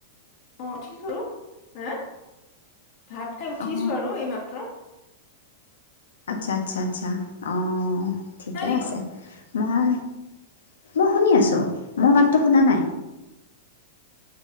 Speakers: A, on the left (about 60°); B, on the left (about 75°).
A: <unintelligible> হে ভাত খাই উঠিছো
B: অঁ
A: আৰু এইমাত্ৰ।
B: আচ্ছা আচ্ছা আচ্ছা, অ। ঠিকে
A: নাই নেকি
B: আছে
A: বাৰু
B: মই, মই শুনি আছোঁ, মোৰ মাতটো শুনা নাই?